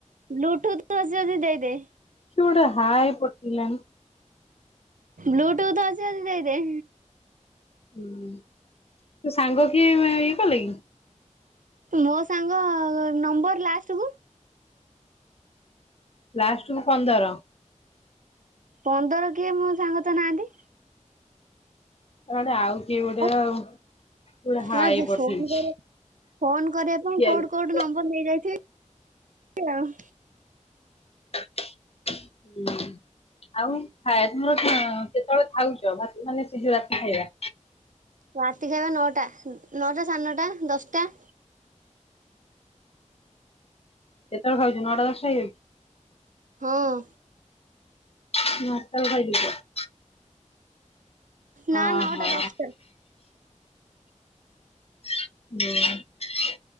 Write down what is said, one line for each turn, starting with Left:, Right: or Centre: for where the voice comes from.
Right: ବ୍ଲୁଥୁଟ ଅଛି ଯଦି ଦେଇଦେ।
Left: କିଏ ଗୋଟେ ହାଏ ପଠେଇଲାଣି।
Right: ବ୍ଲୁଟୁଥ ଅଛି ଯଦି ଦେଇଦେ।
Left: ହୁଁ ତୁ ସାଙ୍ଗ କିଏ ଇଏ କଲେ କି?
Right: ମୋ ସାଙ୍ଗ ନମ୍ବର ଲାଷ୍ଟକୁୁ
Left: ଲାଷ୍ଟକୁ ପନ୍ଦର।
Right: ପନ୍ଦର କିଏ ମୋ ସାଙ୍ଗ ତ ନାହାନ୍ତି।
Left: ତାହେଲେ ଆଉ କିଏ ଗୋଟେ
Right: ହଁ
Left: ଆଉ ଗୋଟେ
Right: ଫୋନ
Left: ହାଏ
Right: କରିବା
Left: ପଠେଇଛି।
Right: ଫୋନ କରିବା
Left: ଖିଆକୁ
Right: ପାଇଁ କୋଉଠୁ କୋଉଠୁ ନମ୍ବର ନେଇ ଯାଇଥିବେ ଆଉ।
Left: ହୁଁ। ଆଉ ଖାଇଏବା ତମର କେତେବେଳେ ଖାଉଛ। ମାନେ ସେ ରାତି ଖାଇବା।
Right: ରାତି ଖାଇବା ନଅଟା। ନଅଟା, ସାଢେ ନଅଟା, ଦଶଟା।
Left: କେତେବେଳେ ଖାଉଛୁ? ନଅଟା ଦଶଟା ହେଇଯାଉଛି।
Right: ହଁ।
Left: ଭାତ ର ଖାଇ ଦେଇଛ।
Right: ନା
Left: ଓ
Right: ନଅଟା
Left: ହୋ।
Right: ଦଶଟା
Left: ହୁଁ।